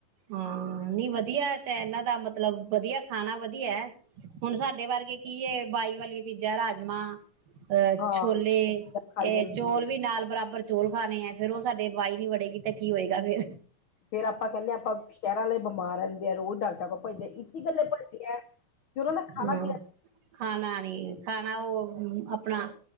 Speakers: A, on the right; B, on the left.
A: ਹਾਂ ਨੀ ਵਧੀਆ ਏ ਤਾ ਏਨਾ ਦਾ ਮਤਲਬ ਵਧੀਆ ਏ ਖਾਣਾ ਵਧੀਆ ਏ। ਹੁਣ ਸਾਡੇ ਵਰਗੇ ਕੀ ਏ ਬਾਈ ਵਾਲੀਆਂ ਚੀਜ਼ਾਂ ਰਾਜਮਾਂ। ਅ
B: ਹਾਂ
A: ਛੋਲੇ
B: ਖਾਈ
A: ਇਹ
B: ਜਾਂਦੀ
A: ਚੋਲ
B: ਐ
A: ਵੀ ਨਾਲ ਬਰਾਬਰ ਚੋਲ ਖਾਣੇ ਆ ਫੇਰ ਓ ਸਾਡੇ ਬਾਈ ਨੀ ਬਣੇਗੀ ਤੇ ਕੀ ਹੋਏਗਾ ਫੇਿਰ।
B: ਫੇਰ ਆਪਾਂ ਕਹਿਨੇ ਆ ਆਪਾਂ ਸ਼ਹਿਰਾਂ ਆਲੇ ਬਿਮਾਰ ਰਹਿੰਦੇ ਆ ਰੋਜ਼ ਡਾਕਟਰਾਂ ਕੋਲ ਭੱਜਦੇ ਆ ਇਸੀ ਗੱਲੇ ਭੱਜਦੇ ਆ ਉਹਨਾਂ ਦਾ ਖਾਣਾ
A: ਹਾਂ
B: ਪੀਣਾ
A: ਖਾਣਾ ਨੀ ਖਾਣਾ ਉਹ ਆਪਣਾ